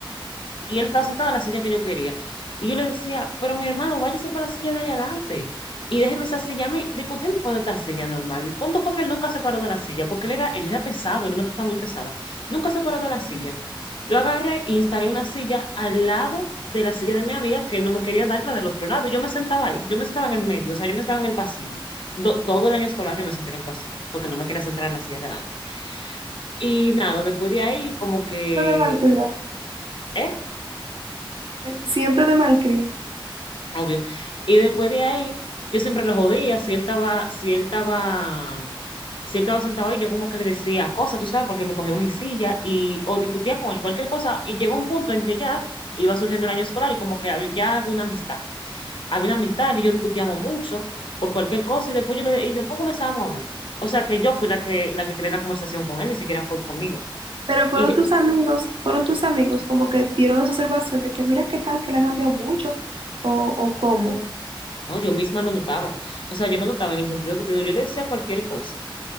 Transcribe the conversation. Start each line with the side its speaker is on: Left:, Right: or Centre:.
Left: y él estaba sentado en la silla que yo quería. Y yo le decía, pero mi hermano, váyase para la silla de allá adelante y déjeme esa silla a mí discutiendo por esta silla normal. El punto fue que él nunca se paró de la silla, porque él era, él era pesado, era una persona muy pesada. Nunca se paró de la silla. Yo agarré e instalé una silla al lado de la silla de mi amiga, que él no me quería dar la del otro lado. Yo me sentaba ahí, yo me sentaba en el medio, o sea, yo me sentaba en el pasillo. Do- todo el año escolar yo me senté en el pasillo, porque no me quería sentar en la silla de delante. Y nada, después de ahí, como que...
Right: Siempre de malcría.
Left: ¿eh?
Right: Siempre de malcría.
Left: obvio. Y después de ahí, yo siempre lo jodía, si él estaba, si él estaba, si él estaba sentado ahí, yo como que le decía cosas, tú sabes, porque me cogió mi silla y o discutía con él cualquier cosa y llegó un punto en que ya iba surgiendo el año escolar y como que hab- ya había una amistad. Había una amistad, él y yo discutíamos mucho por cualquier cosa y después yo le- y después comenzábamos a hablar. O sea que yo fui la que la que creé la conversación con él, ni siquiera fue él conmigo.
Right: Pero fueron
Left: Y
Right: tus
Left: re-
Right: amigos, fueron tus amigos como que dieron esa observación de que mira qué tal que la ha cambiado mucho o, o cómo.
Left: no, yo misma lo notaba. O sea, yo lo notaba en el sentido que te digo, yo le decía cualquier cosa.